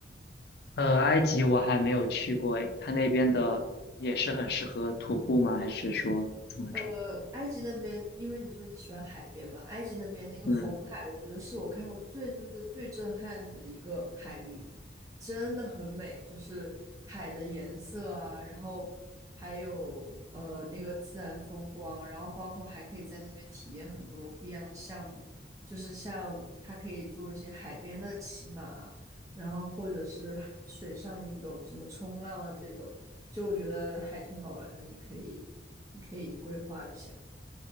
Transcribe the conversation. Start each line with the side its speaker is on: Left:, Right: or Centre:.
Left: 呃，埃及我还没有去过诶，它那边的也是很适合徒步吗？还是说怎么着？
Right: 呃，埃及那边，因为你说你喜欢海边嘛，埃及那边那个红海，
Left: 嗯，
Right: 我觉得是我看过最最最最震撼的一个海域，真的很美，就是海的颜色啊，然后还有呃那个自然风光，然后包括还可以在那边体验很多不一样的项目，就是像它可以做一些海边的骑马，然后或者是水上运动，什么冲浪啊这种，就我觉得还挺好玩的，你可以。你可以规划一下。